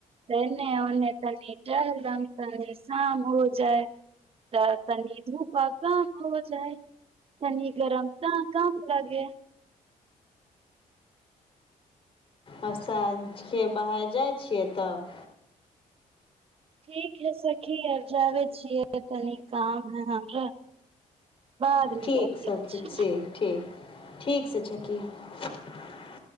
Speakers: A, on the right (about 45°); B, on the left (about 40°).
A: एने ओने तनि टहलन तनि शाम हो जाय तऽ तनी धूपक का हो जाइ तनी गरम त कम लगे
B: आ साँझके बाहर जाइ छियै तऽ
A: ठीक है सखी आब जाबै छियै तनी काम है हमरा बाद मे
B: ठीक
A: बतियाय
B: सखी
A: छी
B: ठीक ठीक ठीकसँ छै छकि